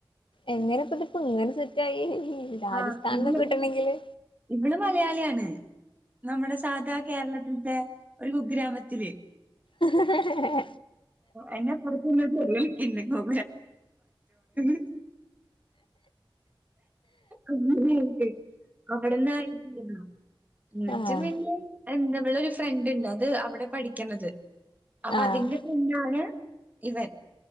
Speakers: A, on the left; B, on the right.
A: എങ്ങനെ പ്പത് പ്പങ്ങനെ സെറ്റായി രാജസ്ഥാനിന്ന്
B: ആഹ് ഇവള്
A: കിട്ടണെങ്കില്
B: ഇവള് മലയാളിയാണ്. നമ്മുടെ സാധാ കേരളത്തിത്തെ ഒരു കുഗ്രാമത്തില്
A: ഉഹുംഹുംഹഹ
B: എന്റെപ്പുറത്ത നിന്ന് <unintelligible> <unintelligible> അങ്ങനെ ആയിട്ട് അവിടെന്ന <unintelligible> എന്നിട്ട്
A: ആഹ്
B: പിന്നെ എന്റെ അവടൊരു ഫ്രണ്ട് ഉണ്ട് അത് അവിടെ പഠിക്കണത്. അപ്പൊ
A: ആഹ്
B: അതിന്റെ <unintelligible> ആണ് ഇവൻ